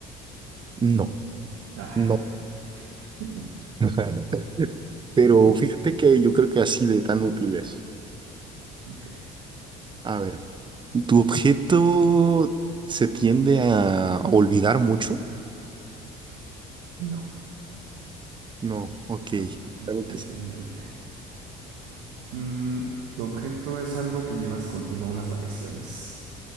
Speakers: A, on the right (about 25°); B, on the right (about 80°).
A: No,
B: Ah,
A: no.
B: <laughs>
A: Ajá. Pero fíjate que yo creo que así de tan útiles.
B: ok.
A: A ver, ¿tu objeto se tiende a olvidar mucho?
B: No,
A: No, ok.
B: no, difícilmente.
A: Algo que sí,
B: Mm, ¿tu objeto es algo que llevas contigo a unas vacaciones?